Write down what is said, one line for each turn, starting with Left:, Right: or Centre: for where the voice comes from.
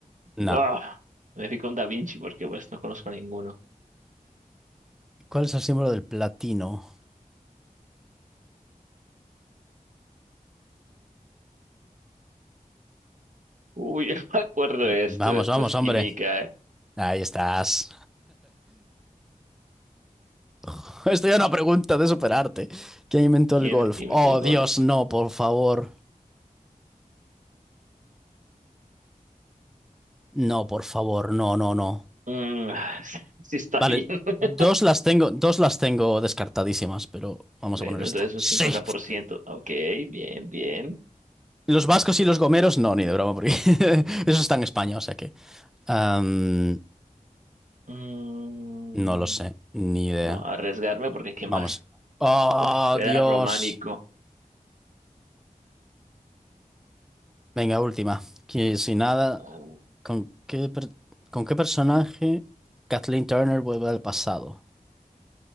Centre: Nah,
Right: Ah, me fui con Da Vinci porque pues no conozco a ninguno.
Centre: ¿Cuál es el símbolo del platino?
Right: Uy, <laughs> yo no me acuerdo de
Centre: Vamos,
Right: esto. Esto
Centre: vamos,
Right: es
Centre: hombre.
Right: química, eh.
Centre: Ahí estás. <laughs> Estoy a una pregunta de superarte. ¿Quién inventó
Right: ¿Quién
Centre: el golf?
Right: inventó
Centre: Oh,
Right: el golf?
Centre: Dios, no, por favor. No, por favor, no, no, no.
Right: Mm, <laughs> sí sí está
Centre: Vale,
Right: bien. <laughs>
Centre: dos las tengo, dos las tengo descartadísimas, pero vamos
Right: Bueno,
Centre: a poner esta.
Right: entonces un
Centre: Sí.
Right: cincuenta por ciento Ok, bien, bien.
Centre: Los vascos y los gomeros, no, ni de broma, porque <laughs>
Right: Mm.
Centre: eso está en España, o sea que. am,
Right: Mm,
Centre: no lo sé, ni idea.
Right: voy a arriesgarme porque ¿qué
Centre: Vamos.
Right: más?
Centre: Oh,
Right: Uf, era
Centre: Dios.
Right: románico.
Centre: Venga, última. Que si nada,
Right: Ah,
Centre: ¿Con qué, per- con qué personaje Kathleen Turner vuelve al pasado?